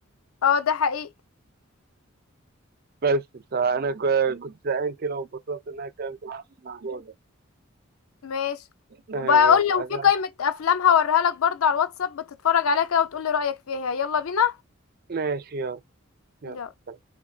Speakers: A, on the left; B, on the right.
A: اه ده حقيقي
B: بس بصراحة أنا ك- كنت زهقان كده وانبسطت إن أنا اتكلمت معاك في الموضوع ده
A: ماشي
B: تمام
A: وبقول
B: يلا
A: لو
B: عايز-
A: في قائمة افلام هوريها لك برضه على الواتساب بتتفرج عليها كده وتقول لي رأيك فيها يلا بينا
B: ماشي يلا يلا.
A: يلا